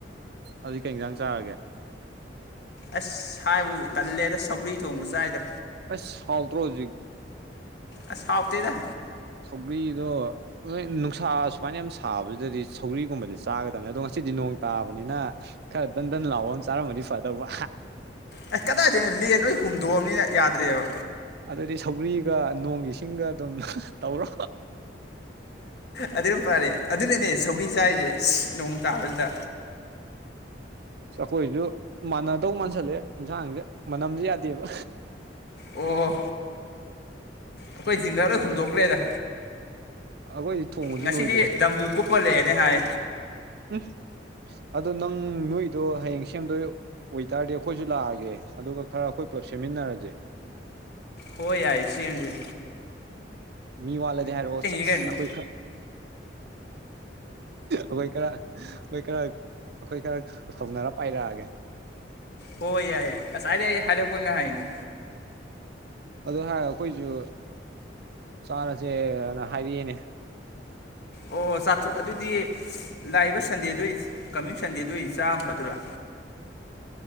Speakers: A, on the right; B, on the left.
A: ꯑꯗꯨꯏ ꯀꯩ ꯌꯦꯟꯁꯥꯡ ꯆꯥꯔꯒꯦ
B: ꯑꯁ ꯍꯥꯏꯕꯨ ꯇꯜꯂꯦꯗ ꯁꯧꯒ꯭ꯔꯤ ꯊꯣꯡꯕ ꯆꯥꯏꯗ
A: ꯁꯥꯎꯇ꯭ꯔꯣꯖꯤꯛ
B: ꯑꯁꯥꯎꯥꯎꯐꯇꯩꯗ
A: ꯁꯛꯒ꯭ꯔꯤꯗꯣꯅꯨꯡ ꯁꯥ ꯁꯨꯃꯥꯏꯅ ꯌꯥꯝꯅ ꯁꯥꯕꯁꯤꯗꯗꯤ ꯁꯧꯔꯤꯒꯨꯝꯕꯗꯤ ꯆꯥꯒꯗꯕꯅꯤ ꯑꯗꯣ ꯉꯁꯤꯗꯤ ꯅꯣꯡ ꯇꯥꯕꯅꯤꯅ ꯈꯔꯟ ꯂꯥꯎꯑꯣ ꯆꯥꯔ ꯃꯗꯤ ꯐꯗꯕ
B: ꯑꯩꯁ ꯀꯗꯥꯏꯗꯒꯤꯅꯣ ꯂꯦ ꯅꯣꯏ ꯍꯨꯝꯗꯣꯛꯑꯕꯅꯤꯅ ꯌꯥꯗ꯭ꯔꯦꯕ
A: ꯍꯥꯏꯗꯤ ꯁꯧꯒ꯭ꯔꯤꯒ ꯅꯣꯡꯒꯤ ꯏꯁꯤꯡꯒ ꯑꯗꯨꯝ ꯇꯧꯔꯣ
B: ꯑꯗꯨ ꯑꯗꯨꯝ ꯄꯥꯔꯦ ꯑꯗꯨꯅꯅꯦ ꯁꯧꯤ ꯆꯥꯏꯔꯤꯁꯦ ꯅꯣꯡ ꯇꯥꯕꯁꯤꯗ
A: ꯆꯈꯣꯏꯁꯨ ꯃꯥꯟꯅꯗꯧ ꯃꯥꯟꯁꯜꯂꯛꯑꯦ ꯌꯦꯟꯁꯥꯡꯁꯦ ꯃꯅꯝꯁꯨ ꯌꯥꯗꯦꯕ
B: ꯑꯣ ꯑꯩꯈꯣꯏ ꯖꯤꯡꯗ ꯂꯣꯏ ꯍꯨꯝꯗꯣꯛꯈ꯭ꯔꯦꯗ
A: ꯑꯩꯈꯣꯏꯗꯤ ꯊꯣꯡꯕꯁꯨ
B: ꯉꯁꯤꯗꯤ
A: ꯂꯣꯏꯗ꯭ꯔꯤ
B: ꯗꯝꯕꯨ ꯀꯨꯞꯄ ꯂꯩꯦꯅꯦ ꯍꯥꯏ
A: ꯎꯝ ꯑꯗꯣ ꯅꯪ ꯅꯣꯏꯗꯣ ꯍꯌꯦꯡ ꯁꯦꯝꯗꯣꯏ ꯑꯣꯏꯇꯥꯔꯗꯤ ꯑꯩꯈꯣꯏꯁꯨ ꯂꯥꯛꯑꯒꯦ ꯑꯗꯨꯒ ꯈꯔ ꯑꯩꯈꯣꯏ ꯄꯨꯂꯞ ꯁꯦꯝꯃꯤꯟꯅꯔꯁꯦ
B: ꯍꯣꯏ ꯌꯥꯏ ꯁꯤꯝꯁꯦ
A: ꯃꯤ ꯋꯥꯠꯂꯗꯤ ꯍꯥꯏꯔꯛꯑꯣ ꯆꯁ
B: ꯀꯩꯅꯣ
A: ꯑꯩꯈꯣꯏ ꯈꯔ ꯑꯩꯣꯏ ꯀꯔ ꯑꯩꯣꯏ ꯀꯔ ꯑꯩꯈꯣꯏ ꯈꯔ ꯁꯧꯅꯔ ꯄꯥꯏꯔꯛꯑꯒꯦ
B: ꯍꯣꯏ ꯌꯥꯏꯌꯦ ꯉꯁꯥꯏꯗꯒꯤ ꯑꯩ ꯍꯥꯏꯔꯛꯄ ꯉꯥꯏꯍꯥꯏ ꯍꯥꯏꯅꯦ
A: ꯑꯗꯨ ꯍꯥꯏ ꯑꯩꯈꯣꯏꯁꯨ ꯆꯥꯅꯁꯦꯅ ꯍꯥꯏꯕꯤꯏꯅꯦ
B: ꯑꯣ ꯆꯥ ꯑꯗꯨꯗꯤ ꯂꯥꯛꯏꯕ ꯁꯟꯗꯦꯗ ꯑꯣꯏꯅ ꯀꯃꯤꯡ ꯁꯟꯗꯦꯗ ꯑꯣꯏꯅ ꯆꯥꯝꯃ ꯐꯗꯔꯥ